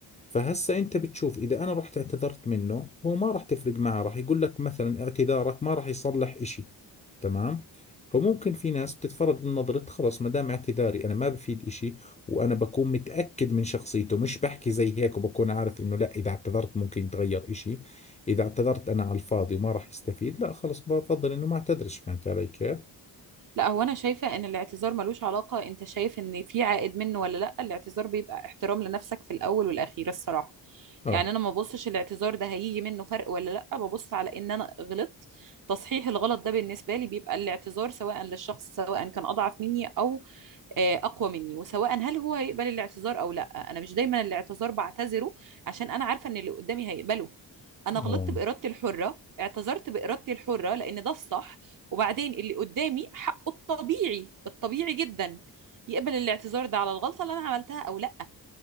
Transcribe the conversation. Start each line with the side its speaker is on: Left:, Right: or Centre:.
Left: فهسا انت بتشوف اذا انا رحت اعتذرت منه هو ما راح تفرق معه راح يقول لك مثلا اعتذارك ما راح يصلح اشي تمام فممكن في ناس بتتفرج من نظرة خلص ما دام اعتذاري انا ما بفيد اشي وانا بكون متأكد من شخصيته مش بحكي زي هيك وبكون عارف انه لا اذا اعتذرت ممكن يتغير اشي اذا اعتذرت انا على الفاضي وما راح يستفيد لا خلص بفضل انه ما اعتذرش فهمت علي كيف؟
Right: لا هو انا شايفه ان الاعتذار ملوش علاقه انت شايف ان في عائد منه ولا لا الاعتذار بيبقى احترام لنفسك في الاول والاخير الصراحه
Left: اه
Right: يعني انا ما ببصش الاعتذار ده هيجي منه فرق ولا لا ببص على ان انا غلطت تصحيح الغلط ده بالنسبه لي بيبقى الاعتذار سواء للشخص سواء كان اضعف مني او آه، اقوى مني وسواء هل هو هيقبل الاعتذار او لا انا مش دايما الاعتذار بعتذره عشان انا عارفه ان اللي قدامي هيقبله انا غلطت
Left: اه
Right: بارادتي الحره اعتذرت بارادتي الحره لان ده الصح وبعدين اللي قدامي حقه الطبيعي الطبيعي جدا يقبل الاعتذار ده على الغلطه اللي انا عملتها او لا